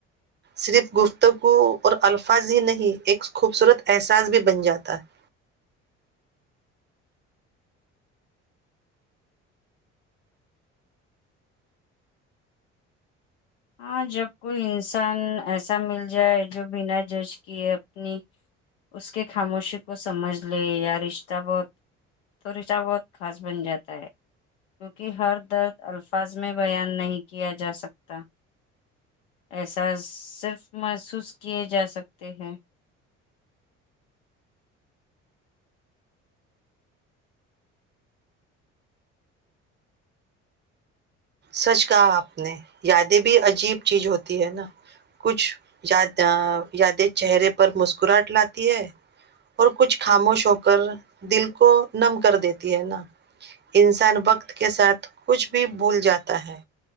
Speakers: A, on the right; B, on the left.
A: صرف گفتگو اور الفاظ ہی نہیں ایک خوبصورت احساس بھی بن جاتا ہے
B: ہاں جب کوئی انسان ایسا مل جائے جو بنا جج کیے اپنی اس کے خاموشی کو سمجھ لے یا رشتہ بہت تو رشتہ بہت خاص بن جاتا ہے کیونکہ ہر درد الفاظ میں بیان نہیں کیا جا سکتا احساس صرف محسوس کیے جا سکتے ہیں
A: سچ کہا آپ نے یادیں بھی عجیب چیز ہوتی ہے نا کچھ یاد ا یادیں چہرے پر مسکراہٹ لاتی ہے اور کچھ خاموش ہو کر دل کو نم کر دیتی ہے نا انسان وقت کے ساتھ کچھ بھی بھول جاتا ہے